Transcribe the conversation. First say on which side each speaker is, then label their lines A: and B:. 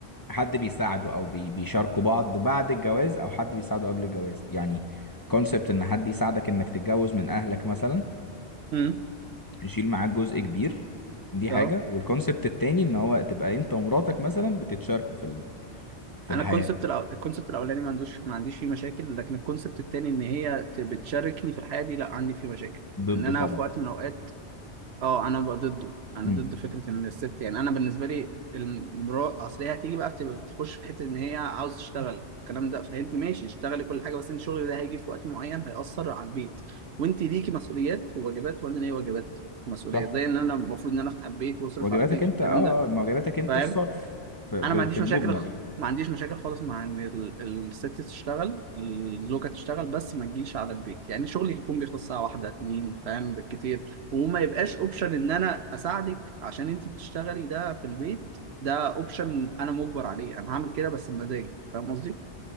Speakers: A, on the left; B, on the right.
A: حد بيساعده او بي بيشاركوا بعض بعد الجواز او حد بيساعده قبل الجواز يعني كونسبت ان حد يساعدك انك تتجوز من اهلك مثلا
B: امم
A: يشيل معاك جزء كبير دي
B: اه
A: حاجة والكونسبت التاني ان هو تبقى انت ومراتك مثلا بتتشاركوا في ال- في
B: انا
A: الحياة
B: الكونسبت الأو... الكونسبت الاولاني ما عندوش ما عنديش فيه مشاكل لكن الكونسبت التاني ان هي ت- بتشاركني في الحياه دي لا عندي فيه مشاكل
A: ضده
B: ان انا
A: طبعا
B: في وقت من الاوقات اه انا بقى ضده انا
A: امم
B: ضد فكره ان الست يعني انا بالنسبه لي المراه اصل هي هتيجي بقى بت- تخش في حته ان هي عاوز تشتغل الكلام ده فانت ماشي اشتغلي كل حاجه بس انت شغلك ده هيجي في وقت معين هيأثر على البيت وانت ليكي مسؤوليات وواجبات وانا ليا واجبات مسؤوليات
A: صح
B: زي ان انا المفروض ان انا افتح البيت واصرف
A: واجباتك
B: على البيت
A: انت
B: والكلام
A: اه
B: ده
A: آه، ما واجباتك انت
B: فاهم
A: الصرف في, ب-
B: انا ما عنديش
A: في المجمل
B: مشاكل خ...
A: يعني
B: ما عنديش مشاكل خالص مع ان ال- الست تشتغل الزوجه تشتغل بس ما تجيش على البيت يعني شغلي يكون بيخلص ساعه واحده اتنين فاهم بالكتير وما يبقاش اوبشن ان انا اساعدك عشان انت بتشتغلي ده في البيت ده اوبشن انا مجبر عليه انا هعمل كده بس بمزاجي فاهم قصدي